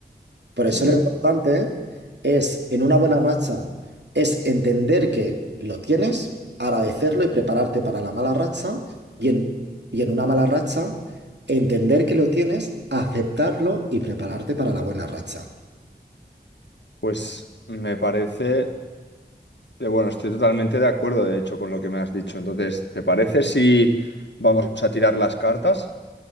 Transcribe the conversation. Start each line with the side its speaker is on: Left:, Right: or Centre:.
Right: Por eso
Left: ya.
Right: lo importante es, en una buena racha, es entender que lo tienes, agradecerlo y prepararte para la mala racha, y en, y en una mala racha, entender que lo tienes, aceptarlo y prepararte para la buena racha.
Left: Pues me parece, eh, bueno, estoy totalmente de acuerdo, de hecho, con lo que me has dicho. Entonces, ¿te parece si vamos a tirar las cartas?